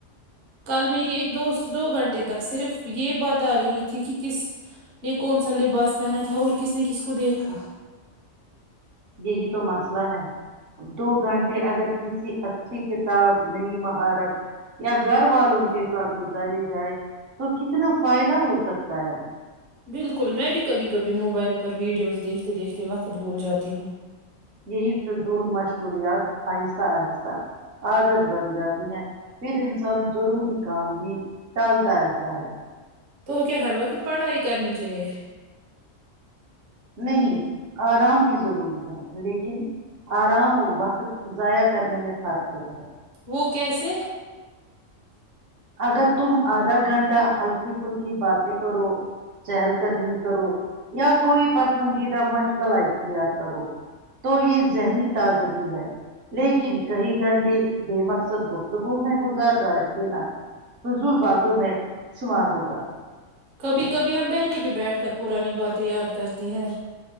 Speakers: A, on the right; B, on the right.
A: کل میری ایک دوست دو گھنٹے تک صرف یہ بات آ رہی تھی کہ کس نے کون سا لباس پہنا تھا اور کس نے کس کو دیکھا
B: یہی تو مسئلہ ہے دو گھنٹے اگر کسی اچھی کتاب نئی مہارت یا گھر والوں کے ساتھ گ گزارے جائے تو کتنا فائدہ ہو سکتا ہے
A: بالکل میں بھی کبھی کبھی موبائل پر ویڈیوز دیکھتے دیکھتے وقت بھول جاتی ہوں
B: یہی فضول مشغولیات آہستہ آہستہ عادت بن جاتی ہیں پھر انسان ضروری کام بھی ٹالتا رہتا ہے
A: تو کیا ہر وقت پڑھائی کرنی چاہیے
B: نہیں آرام بھی ضروری ہے لیکن آرام اور وقت ضائع کرنے میں فرق ہوتا ہے
A: وہ کیسے
B: اگر تم آدھا گھنٹہ ہلکی پھلکی باتیں کرو چہل قدمی کرو یا کوئی پسندیدہ مشغلہ اختیار کرو تو یہ ذہنی تازگی ہے لیکن کئی گھنٹے بے مقصد گفتگو میں گزارنا یہ فضول باتوں میں شمار ہوگا
A: کبھی کبھی ہم بہنیں بھی بیٹھ کر پرانی باتیں یاد کرتی ہے